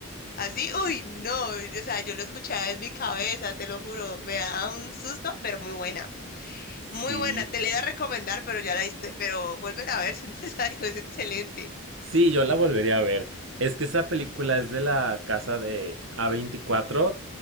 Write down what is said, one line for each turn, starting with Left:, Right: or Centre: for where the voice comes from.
Left: así, uy, no, o sea, yo lo escuchaba en mi cabeza, te lo juro, me da un susto, pero muy buena,
Right: Sí.
Left: muy buena, te la iba a recomendar, pero ya la viste, pero vuelven a ver <laughs> si es necesario, es excelente.
Right: Sí, yo la volvería a ver. Es que esa película es de la casa de a veinticuatro